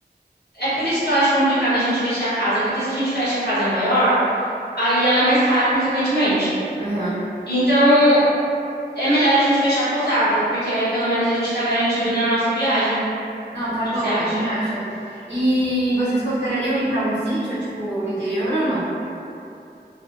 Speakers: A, on the left; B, on the right.
A: É por isso que eu acho complicado a gente fechar a casa, porque se a gente fecha a casa maior, aí ela é mais cara, consequentemente.
B: Aham.
A: Então, é melhor a gente fechar a pousada, porque aí pelo menos a gente tá garantido na nossa viagem. O
B: Não, tá
A: que
B: bom,
A: que você acha?
B: eu também acho. E vocês considerariam ir pra algum sítio, tipo, no interior ou não?